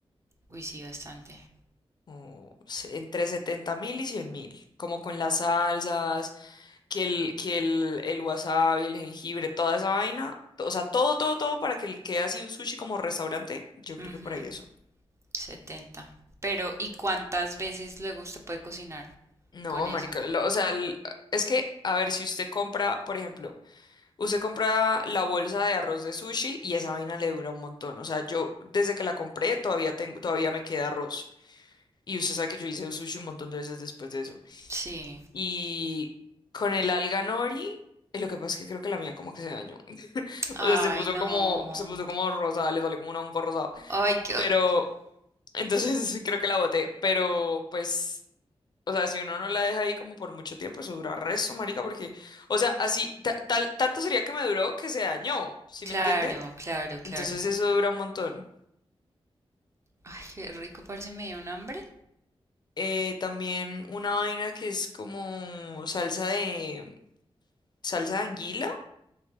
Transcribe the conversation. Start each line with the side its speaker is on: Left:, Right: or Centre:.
Right: Uy, sí, bastante.
Left: O se- entre setenta mil y cien mil, como con las salsas, que el, que el, el wasabi, el jengibre, toda esa vaina, o sea, todo, todo, todo para que el- quede así un sushi como restaurante, yo
Right: Ujú,
Left: creo que por ahí eso.
Right: 70. Pero, ¿y cuántas veces luego usted puede cocinar
Left: No,
Right: con eso?
Left: marica, lo- o sea, el- es que, a ver, si usted compra, por ejemplo, Usted compra la bolsa de arroz de sushi y esa vaina le dura un montón. O sea, yo desde que la compré todavía tengo, todavía me queda arroz. Y usted sabe que yo hice sushi un montón de veces después de eso.
Right: Sí.
Left: Y con el alga nori, eh, lo que pasa es que creo que la mía como que se dañó. <laughs>
Right: Ay,
Left: O sea, se puso
Right: no.
Left: como, se puso como rosada, le salió como un hongo rosado.
Right: Ay, qué...
Left: Pero, entonces <laughs> creo que la boté. Pero, pues, o sea, si uno no la deja ahí como por mucho tiempo, eso dura resto, marica, porque, o sea, así, ta- tal, tanto sería que me duró que se dañó, ¿sí
Right: Claro,
Left: me entiende?
Right: claro, claro.
Left: Entonces eso dura un montón.
Right: Ay, qué rico, parece me dio un hambre.
Left: Eh, también una vaina que es como salsa de salsa de anguila,